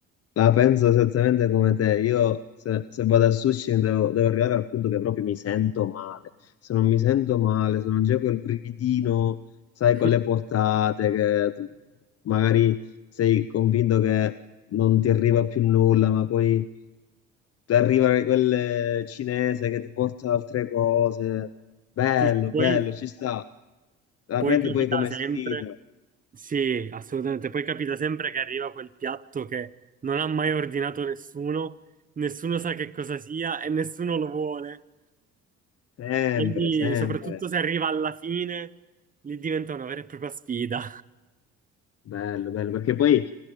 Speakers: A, on the left (about 55°); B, on the right (about 25°).
A: La penso esattamente come te. Io se, se vado al sushi devo, devo arrivare al punto che proprio mi sento male. Se non mi sento male, se non c'è quel brividino, sai,
B: <laughs>
A: con le portate, che tu magari sei convinto che non ti arriva più nulla, ma poi ti arriva quel cinese che ti porta altre cose. Bello,
B: Sì, poi,
A: bello, ci sta. La
B: poi
A: prendi
B: capita
A: poi come
B: sempre,
A: sfida,
B: sì, assolutamente, poi capita sempre che arriva quel piatto che non ha mai ordinato nessuno, nessuno sa che cosa sia e nessuno lo vuole.
A: sempre,
B: Quindi,
A: sempre.
B: soprattutto se arriva alla fine, lì diventa una vera e propria sfida.
A: Bello, bello, perché poi